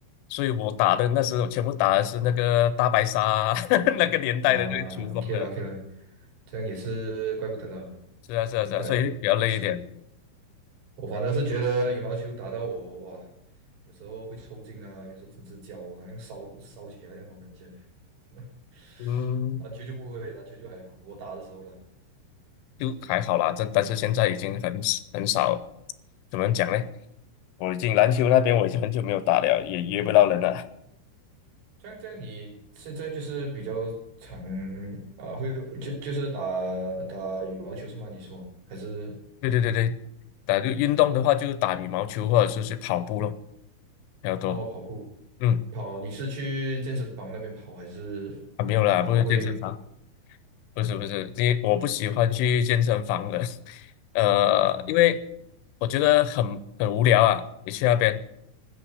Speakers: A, on the left; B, on the right.
A: 所以我打的那时我全部打的是那个大白鲨啊 <laughs> 那个年代的那个球风的，
B: 啊，OK 了 OK 了，这样也是怪不得了，
A: 是啊是啊是啊，
B: 明白啊，
A: 所以比较累一点，
B: 是。我反正是觉得羽毛球打到我哇，有时候会抽筋啊，有时候整只脚好像烧烧起来那种感觉。<laughs>
A: 嗯，
B: 篮球就不会，篮球就还好，我打的时候呢，
A: 就还好啦，
B: 所以
A: 这但是现在已经很很少，怎么讲呢？我已经篮球那边我已经很久没有打了，也约不到人了。
B: 这样这样，你现在就是比较常啊，会就就是打打羽毛球是吗？你说还是
A: 对对对对，打就运动的话，就是打羽毛球或者是去跑步咯，比较多。
B: 哦跑步
A: 嗯，
B: 跑？你是去健身房那边跑还是
A: 啊没有啦，
B: 啊会？
A: 不是健身房，不是不是，因为我不喜欢去健身房的，<laughs> 呃，
B: 啊
A: 因为我觉得很很无聊啊，你去那边，